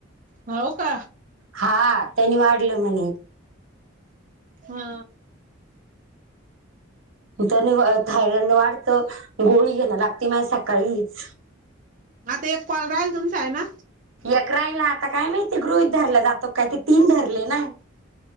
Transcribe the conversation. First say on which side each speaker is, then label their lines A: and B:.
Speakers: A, on the right; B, on the right.
A: होव का.
B: हा त्यांनी वाढलं म्हणे
A: हा
B: तर थायरॉइड न वाढत गोळी घेणं लागते मा सकाळीच.
A: आता एक कॉल राहील तुमचा आहे ना.
B: यकराईला आता काय माहिती गृहित धरला जातो काय ते तीन धरले ना.